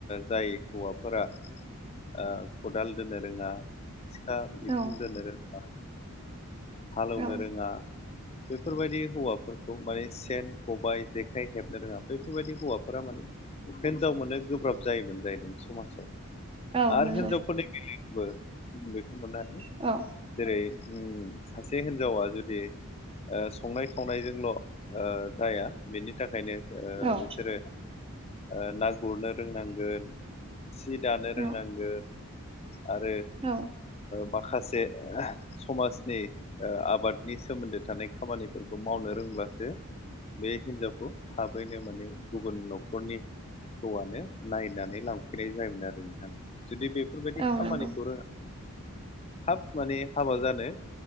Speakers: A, on the left; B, on the right.
A: जाय हौवाफोरा ओ खदाल दोनो रोङा सिखा बिखुं
B: औ
A: दोननो रोङा हालौवनो
B: औ
A: रोङा बेफोरबायदि हौवाफोरखौ माने सेन खबायाइ जेखाइ हेबनो रोङा बेफोरबायदि हौवाफोरा माने हिनजाव मोननो गोब्राब जायोमोन। जाहैदों समाजाव
B: औ
A: आरो
B: नंगौ
A: हिनजावफोरनि गेबो बेखौ मोननो ह
B: औ
A: जेरै उम सासे हिनजावा जुदि संनाय खावनायजोंल' ओ जाया बिनि थाखायनो ओ
B: औ
A: बिसोरो ओ ना गुरनो रोंनांगोन सि दानो रोंनांगोन
B: औ
A: आरो
B: औ
A: माखासे समाजनि आबादनि सोमोन्दो थानाय खामानिफोरखौ मावनो रोंब्लासो बे हिनजावखौ थाबैनो माने गुबुन न'खरनि हौवनो नायनानै लांफैनाय जायोमोन आरो नोंथां जुदि बेफोरबायदि
B: औ
A: खामानिखौ
B: नंगौ
A: रोङा थाब माने हाबा जानो